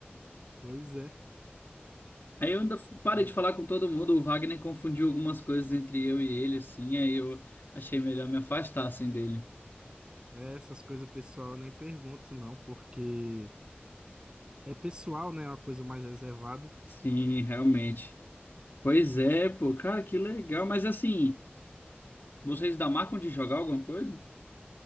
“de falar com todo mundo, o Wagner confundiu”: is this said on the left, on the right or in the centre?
Left